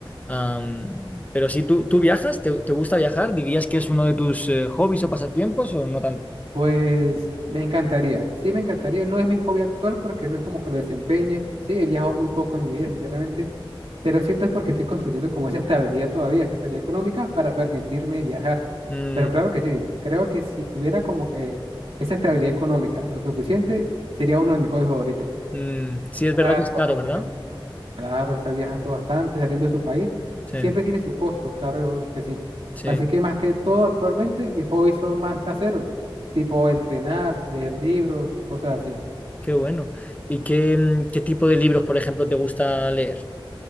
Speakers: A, on the left (about 15°); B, on the right (about 85°).
A: am, pero sí, ¿tú, tú viajas? ¿Te, te gusta viajar? ¿Dirías que es uno de tus eh, hobbies o pasatiempos o no tanto?
B: Pues me encantaría, sí me encantaría, no es mi hobby actual porque no es como que lo desempeñe, sí, he viajado muy poco en mi vida, sinceramente, pero siento es porque estoy construyendo como esa estabilidad todavía, esa estabilidad económica para permitirme viajar.
A: Mm,
B: Pero claro que sí, creo que si tuviera como que esa estabilidad económica lo suficiente, sería uno de mis hobbies favoritos
A: mm, sí, es verdad
B: viajar,
A: que es
B: conocer
A: caro, ¿verdad?
B: el mundo, claro, estar viajando bastante, saliendo de su país,
A: Sí,
B: siempre tiene su costo, claro que sí.
A: sí,
B: Así que más que todo, actualmente mis hobbies son más caseros, tipo entrenar, leer libros y cosas así.
A: qué bueno. ¿Y qué, mm, qué tipo de libros, por ejemplo, te gusta leer?